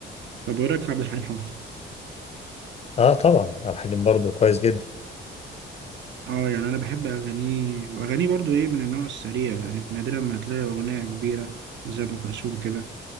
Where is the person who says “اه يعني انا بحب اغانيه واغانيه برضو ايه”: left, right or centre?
Right